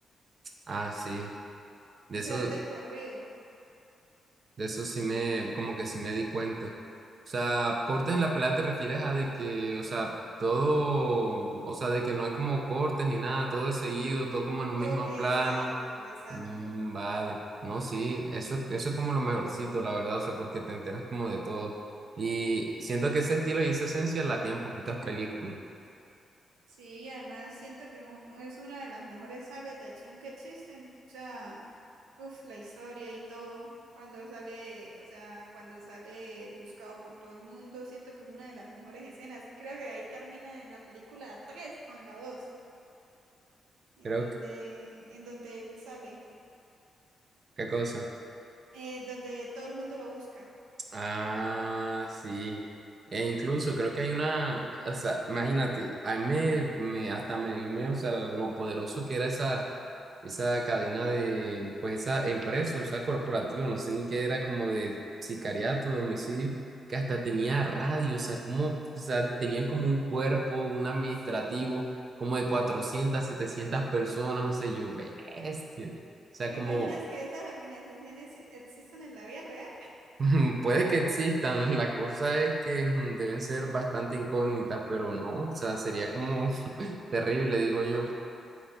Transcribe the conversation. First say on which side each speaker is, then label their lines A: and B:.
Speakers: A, on the right; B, on the right.
A: Ah, sí. De
B: O
A: eso,
B: sea, es de corrido.
A: De eso sí me, como que sí me di cuenta. O sea, cortes en la pelea te refieres a de que, o sea, todo, o sea, de que no hay como cortes ni nada, todo es seguido, todo como en un
B: To-
A: mismo
B: exacto,
A: plano.
B: exacto.
A: Mm, vale, no, sí, eso, eso es como lo mejorcito, la verdad, o sea, porque te enteras como de todo. Y siento que ese estilo y esa esencia la tienen poquitas películas.
B: Sí, y además siento que u- es una de las mejores sagas de acción que existen. O sea, uff, la historia y todo. Cuando sale, o sea, cuando sale buscado por todo el mundo, siento que es una de las mejores escenas. Creo que ahí termina en la película 3 o en la 2 en
A: Creo
B: donde,
A: que,
B: en donde él sale.
A: ¿qué cosa?
B: eh, donde todo el mundo lo busca.
A: Ah, sí. E incluso creo que hay una, o sea, imagínate, a mí me, me- hasta me dio miedo, o sea, lo poderoso que era esa, esa cadena de, pues esa empresa, o sea, corporativa, no sé ni qué era, como de sicariato, de homicidio, que hasta tenía radio, o sea, como, o sea, tenían como un cuerpo, un administrativo,
B: Sí.
A: como de 400 700 personas, o sea, yo, bestia. O sea,
B: ¿Te
A: como,
B: imaginas que esas organizaciones e- existen en la vida real?
A: <laughs> Mm, Puede que existan, la cosa es que mm, deben ser bastante incógnitas, pero no, o sea, sería como <laughs> terrible, digo yo.